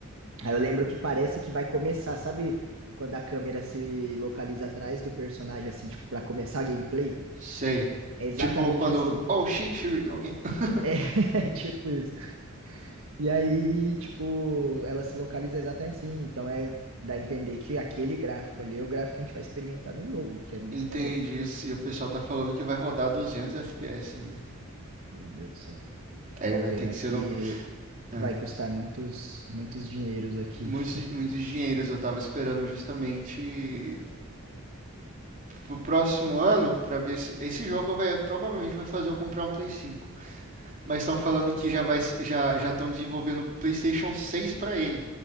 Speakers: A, on the right; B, on the right.
A: Aí eu lembro que parece que vai começar, sabe, quando a câmera se localiza atrás do personagem, assim, tipo, pra começar a gameplay?
B: Sei.
A: É exatamente
B: Tipo, quando.
A: assim.
B: Oh shit, here we go again. <laughs>
A: É, <laughs> tipo isso. E aí, tipo, ela se localiza exatamente assim. Então é dá a entender que aquele gráfico ali é o gráfico que a gente vai experimentar no jogo, que é muito
B: Entendi
A: maneiro.
B: isso. E o pessoal tá falando que vai rodar 200 FPS ainda.
A: Meu Deus do céu.
B: Aí
A: É uma
B: vai
A: pena
B: ter que
A: que
B: ser no.
A: que
B: Ah.
A: vai custar muitos muitos dinheiros aqui.
B: Muitos,
A: <laughs>
B: muitos dinheiros eu tava esperando justamente pro próximo ano pra ver se. Esse jogo vai provavelmente vai fazer eu comprar um Play cinco Mas estão falando que já vai já já estão desenvolvendo PlayStation 6 para ele.